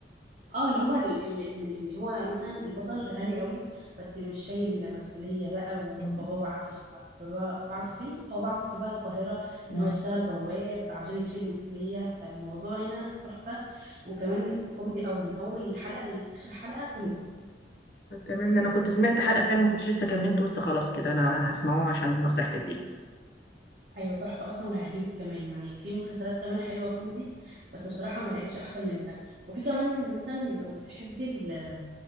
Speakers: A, on the right; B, on the left.
A: اه اللي هو ال- ال- اللي هو مثلا البطل غني قوي بس مش شايل مسؤولية بقى وبابا
B: مم.
A: بعته الس- بابا بعته فين؟ هو بعته بقى القاهرة
B: مم.
A: ان هو يشتغل بواب عشان يشيل مسؤولية فالموضوع هنا تحفة وكمان كوميدي قوي من اول حلقة لاخر حلقة كوميدي
B: تمام أنا كنت سمعت حلقة فعلا ما كنتش لسه كملت بس خلاص كده أنا هسمعه عشان نصيحتك دي
A: ايوه تحفة اصلا وهيعجبك كمان يعني في مسلسلات كمان حلوة كوميدي بس بصراحة ما لقيتش احسن من ده وفي كمان مثلا لو بتحبي ال-